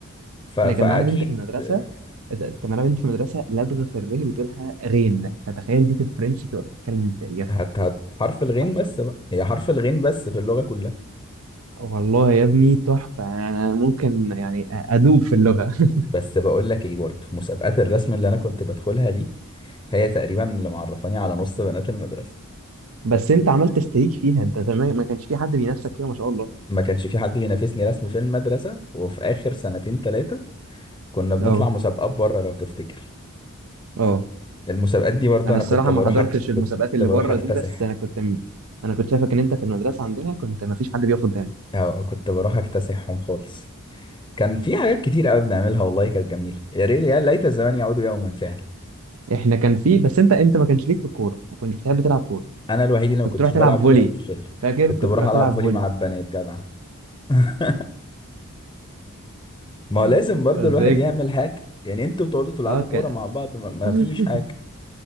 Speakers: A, on the left; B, on the right.
A: ف...
B: احنا
A: فاكيد
B: كان معانا بنت في المدرسة
A: آه،
B: كان معانا بنت في المدرسة لدغة في الره بتقولها غين فتخيل دي في الفرنش تبقى بتتكلم ازاي يا نهار
A: هت...
B: ابيض
A: هت حرف الغين
B: تحفة
A: بس بقى هي حرف الغين بس في اللغه كلها
B: والله يا ابني تحفة انا ممكن يعني ادوب في اللغة <laughs>
A: بس بقول لك ايه برضه مسابقات الرسم اللي انا كنت بدخلها دي هي تقريبا اللي معرفاني على نص بنات المدرسه
B: بس انت عملت استريك فيها انت زمان ما كانش في حد بينافسك فيها ما شاء الله
A: ما كانش في حد بينافسني رسم في المدرسة وفي آخر سنتين تلاتة كنا بنطلع
B: اه
A: مسابقات بره لو تفتكر
B: اه
A: المسابقات دي برضه
B: انا
A: أنا
B: الصراحه
A: كنت بروح
B: ما حضرتش
A: أك...
B: المسابقات
A: كنت
B: اللي
A: بروح
B: بره
A: أكتسح
B: دي بس انا كنت م... انا كنت شايفك ان انت في المدرسه عندنا كنت ما فيش حد بيقف قدامك
A: أو كنت بروح أكتسحهم خالص كان في حاجات كتير قوي بنعملها والله كانت جميلة يا ريت يا ليت الزمان يعود يوما فعلا
B: احنا كان في بس انت انت ما كانش ليك في الكوره ما كنتش بتحب تلعب كوره
A: أنا الوحيد اللي
B: كنت
A: ما كنتش
B: تروح تلعب
A: بلعب
B: فولي
A: كورة في الشلة
B: فاكر
A: كنت
B: كنت
A: بروح
B: تروح
A: ألعب
B: تلعب
A: فولي
B: فولي
A: مع البنات جدع <laughs> ما
B: <laughs>
A: هو لازم برضه
B: بس
A: الواحد
B: هيك
A: يعمل حاجة يعني انتوا بتقعدوا تلعبوا
B: اه كان
A: كورة مع بعض ما ما
B: <laughs>
A: فيش حاجة